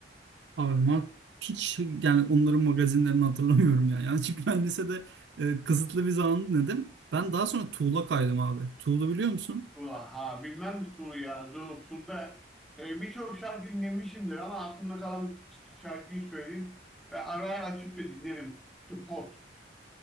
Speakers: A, on the right; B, in the centre.
A: Abi Mark hiç yani onların magazinlerini hatırlamıyorum ya. Yani çünkü ben lisede e, kısıtlı bir zaman dedim. Ben daha sonra Tool'a kaydım abi. Tool'u biliyor musun?
B: Ha, bilmem mi Tulu ya? Zul, Tul'da e, birçok şarkı dinlemişimdir ama aklımda kalan şarkıyı söyleyeyim ve ara ara açıp da dinlerim. The Pot.